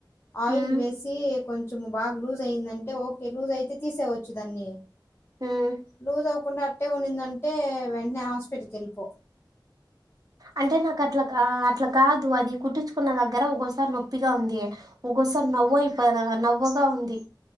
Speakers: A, on the left (about 30°); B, on the right (about 50°).
A: ఆయిల్
B: హ్మ్
A: వేసి కొంచెం బాగా లూజ్ అయిందంటే ఓకే లూజ్ అయితే తీసేయవొచ్చు దాన్ని
B: హ్మ్
A: లూజ్ అవకుండా అట్టే ఉన్నిందంటే వెం టనే హాస్పిటల్ కి వెళ్ళిపో
B: అంటే నాకు అట్లా అట్లా కాదు అది కుట్టించుకున్న దగ్గర ఒక్కోసారి నొప్పిగా ఉంది ఒక్కోసారి నవ్వ అయిపో నవ్వగా ఉంది